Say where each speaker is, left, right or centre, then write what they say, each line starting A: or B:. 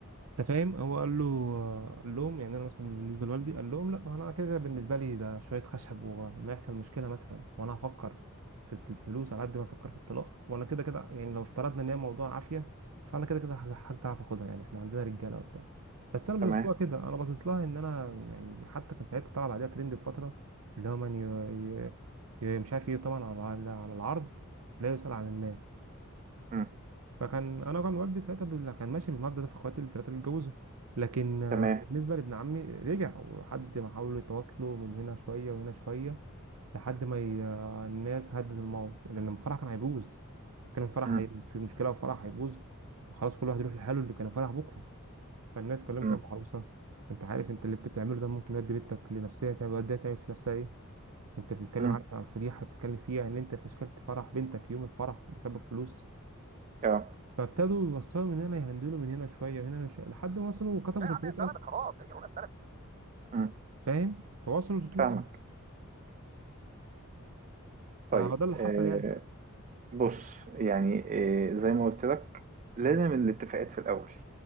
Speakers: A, on the right; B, on the right.
A: انت فاهم هو قال له آه، قال لهم يعني انا مثلا بالنسبه لوالدي قال لهم لا انا كده كده بالنسبه لي ده شويه خشب ولما يحصل مشكله مثلا وانا هفكر في الفلوس على قد ما افكر في الطلاق وانا كده كده يعني لو افترضنا ان هي موضوع عافيه فانا كده كده حاجه تعرف اخدها يعني احنا عندنا رجاله وبتاع بس انا مش
B: تمام
A: باصص لها كده انا باصص لها ان انا يعني حتى كان ساعتها طلع بعدها ترند بفتره اللي هو من ي... ي... ي... مش عارف ايه طبعا على على على العرض لا يسال عن المال
B: مم.
A: فكان انا كان والدي ساعتها بز- كان ماشي بالمبدأ ده في اخواتي الثلاثه اللي اتجوزوا لكن آه،
B: تمام
A: بالنسبه لابن عمي رجع ولحد ما حاولوا يتواصلوا من هنا شويه وهنا شويه لحد ما ي... آه، الناس هدت الموضوع لان الفرح كان هيبوظ كان الفرح
B: مم.
A: هي... في مشكله وفرح هيبوظ وخلاص كل واحد يروح لحاله اللي كان الفرح بكره فالناس كلمت
B: مم.
A: ابو عروسه انت عارف انت اللي بتعمله ده ممكن يودي بنتك لنفسيه تعمل وديها تعمل في نفسها ايه انت بتتكلم
B: مم.
A: عارف عن الفضيحه بتتكلم فيها ان انت فشكلت فرح بنتك يوم الفرح بسبب فلوس
B: اه
A: فابتدوا يوصلوا من هنا يهندلوا من هنا شويه وهنا من شويه لحد ما وصلوا وكتبوا
B: لا
A: 300000
B: يا عم هي اتسلمت خلاص هي الورقه اتسلمت مم.
A: فاهم فوصلوا 300000
B: فاهمك طيب
A: فهو ده اللي
B: آه،
A: حصل يعني
B: بص يعني إيه، زي ما قلت لك لازم الاتفاقات في الأول